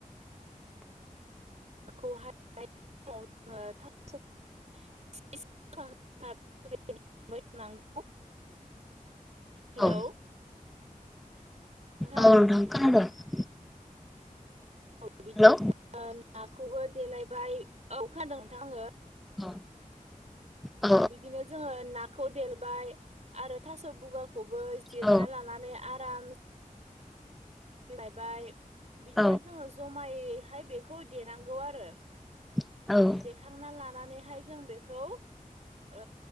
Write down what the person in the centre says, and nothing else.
औ।
औ ंखार द <unintelligible>
हेलौ
औ <unintelligible> औ
औ
औ
<inaudible> औ